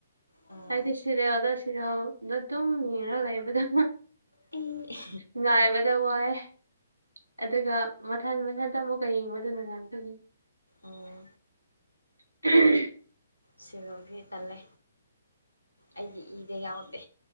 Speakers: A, on the left; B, on the right.
A: ꯑꯣ
B: ꯍꯥꯏꯗꯤ ꯁꯤꯔꯦ ꯑꯣꯗꯁꯤꯅ ꯑꯗꯣ ꯑꯗꯨꯨꯝ ꯌꯦꯡꯔ ꯂꯩꯕꯗ
A: ꯑꯩ
B: ꯉꯥꯏꯕꯗ ꯋꯥꯏꯦ ꯑꯗꯨꯒ ꯃꯊꯟ ꯃꯊꯟꯇ ꯑꯃꯨꯛꯀ ꯌꯦꯡꯕꯗꯨꯅ ꯉꯇꯒꯤ
A: ꯑꯣ
B: <unintelligible>
A: ꯁꯦꯔꯦꯜꯗꯤ ꯇꯜꯂꯦ ꯑꯩꯒꯤ ꯏꯗ ꯌꯥꯎꯗꯦ